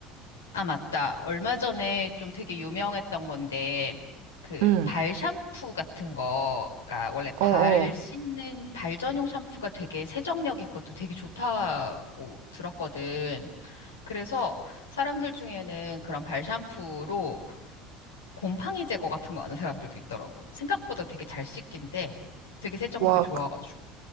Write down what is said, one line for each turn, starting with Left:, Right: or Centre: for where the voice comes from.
Left: 아, 맞다. 얼마 전에 좀 되게 유명했던 건데, 그,
Right: 응.
Left: 발 샴푸 같은 거가, 원래 발
Right: 어, 어.
Left: 씻는, 발 전용 샴푸가 되게 세정력이 그것도 되게 좋다고 들었거든. 그래서 사람들 중에는 그런 발 샴푸로 곰팡이 제거 같은 거 하는 사람들도 있더라고. 생각보다 되게 잘 씻긴데, 되게 세정력이
Right: 와,
Left: 좋아가지고.
Right: 그,